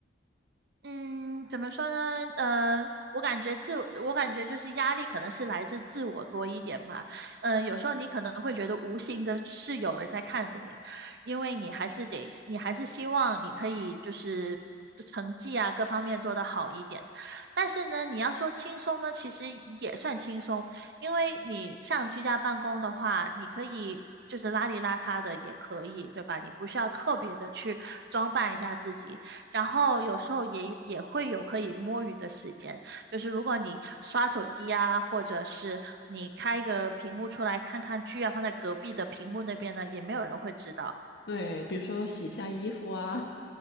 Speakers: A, on the right; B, on the left.
A: 嗯，怎么说呢？呃，我感觉自我，我感觉就是压力可能是来自自我多一点吧。呃，有时候你可能会觉得无形的是有人在看着你，因为你还是得，你还是希望你可以就是成绩啊各方面做得好一点。但是呢，你要说轻松呢，其实也算轻松，因为你像居家办公的话，你可以。就是邋里邋遢的也可以，对吧？你不需要特别的去装扮一下自己，然后有时候也也会有可以摸鱼的时间，就是如果你刷手机呀、或者是你开一个屏幕出来看看剧啊，放在隔壁的屏幕那边呢，也没有人会知道。
B: 对，比如说洗一下衣服啊，